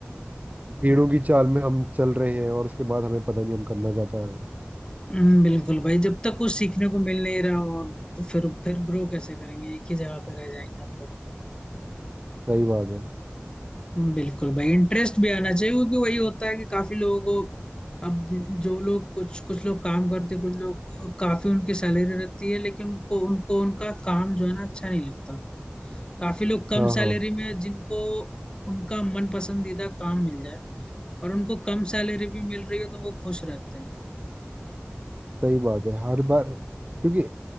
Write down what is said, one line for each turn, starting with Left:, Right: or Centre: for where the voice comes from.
Right: भीड़ों की चाल में हम चल रहे हैं और उसके बाद हमें पता नहीं हम करना क्या चाह रहे हैं
Left: हम्म, बिल्कुल भाई जब तक कुछ सीखने को मिल नहीं रहा और तो फिर फिर ग्रो कैसे करेंगे एक ही जगह पे रह जाएंगे हम लोग
Right: सही बात है
Left: बिल्कुल भाई इंटरेस्ट भी आना चाहिए क्योंकि वही होता है कि काफी लोगों को अब जो लोग कुछ कुछ लोग काम करते कुछ लोग काफी उनकी सैलरी रहती है लेकिन उनको उनको उनका काम जो है ना अच्छा नहीं लगता काफी लोग कम
Right: हाँ हाँ
Left: सैलरी में जिनको उनका मन पसंदीदा काम मिल जाए और उनको कम सैलरी भी मिल रही है तो वो खुश रहते हैं
Right: सही बात है हर बार क्योंकि